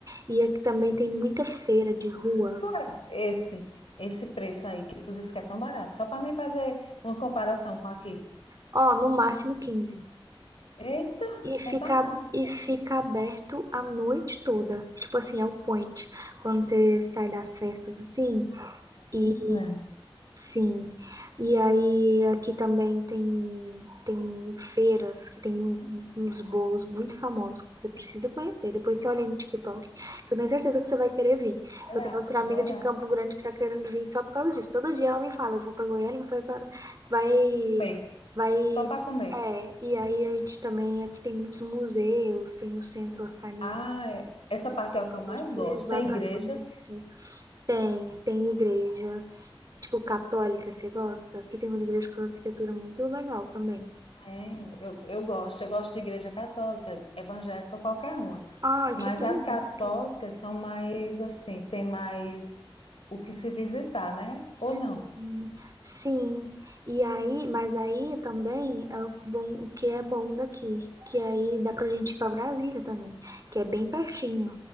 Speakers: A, on the right; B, on the left.
A: E aqui também tem muita feira de rua,
B: Quanto é esse esse preço aí que tu disse que é tão barato? Só pra mim fazer uma comparação com aqui.
A: ó, no máximo quinze
B: Eita,
A: E fica,
B: é barato,
A: e fica aberto a noite toda. Tipo assim, é o point. Quando você sai das festas assim, e
B: hein? Né?
A: Sim, e aí aqui também tem, tem feiras que tem uns bolos muito famosos que você precisa conhecer. Depois você olha aí no TikTok, que eu tenho certeza que você vai querer vir.
B: Olha,
A: Eu tenho outra
B: eu
A: amiga
B: vou olhar.
A: de Campo Grande que tá querendo vir só por causa disso. Todo dia ela me fala, eu vou pra Goiânia, você vai pra... vai,
B: Comer,
A: vai,
B: só para comer.
A: é. E aí a gente também, aqui tem muitos museus, tem o Centro Oscar Niemeyer,
B: Ah, é- essa parte é o
A: que
B: que
A: eu
B: eu
A: posso
B: mais
A: te
B: gosto.
A: levar
B: Tem igrejas
A: para conhecer. Tem, tem igrejas, tipo católica, você gosta? Que tem umas igrejas com arquitetura muito legal também.
B: Tenho, eu, eu gosto, eu gosto de igreja católica, evangélica, qualquer uma.
A: Ah,
B: Mas
A: que tem
B: as
A: muito.
B: católicas são mais assim, tem mais o que se visitar, né?
A: Sim,
B: Ou não?
A: sim. E aí, mas aí também é o bom, o que é bom daqui, que aí dá pra gente ir pra Brasília também, que é bem pertinho.